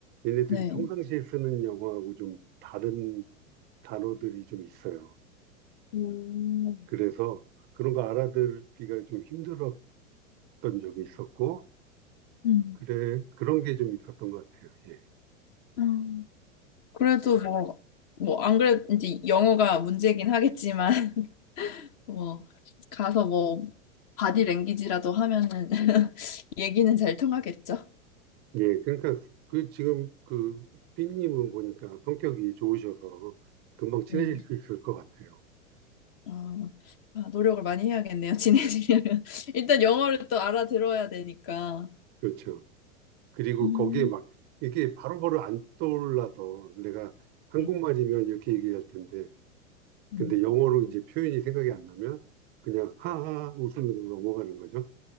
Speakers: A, on the right; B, on the left.
A: 얘네들이
B: 네.
A: 평상시에 쓰는 영어하고 좀 다른 단어들이 좀 있어요.
B: 음,
A: 그래서 그런 거 알아듣기가 좀 힘들었던 적이 있었고
B: 음,
A: 그래 그런 게 좀 있었던 것 같아요. 예.
B: 음. 그래도 뭐, 뭐, 안 그래도 이제 영어가 문제긴 하겠지만, <laughs> 뭐, 가서 뭐, 바디 랭귀지라도 하면은 <laughs> 얘기는 잘 통하겠죠.
A: 예, 그러니까 그 지금 그 삐님은 보니까 성격이 좋으셔서 금방 친해질
B: 네.
A: 수 있을 것 같아요.
B: 아, 아, 노력을 많이 해야겠네요. <laughs> 친해지려면. 일단 영어를 또 알아들어야 되니까.
A: 그렇죠. 그리고
B: 음,
A: 거기에 막 이게 바로바로 안 떠올라서 내가 한국말이면
B: 네.
A: 이렇게 얘기할 텐데
B: 음.
A: 근데 영어로 이제 표현이 생각이 안 나면 그냥 하하 웃음으로 넘어가는 거죠.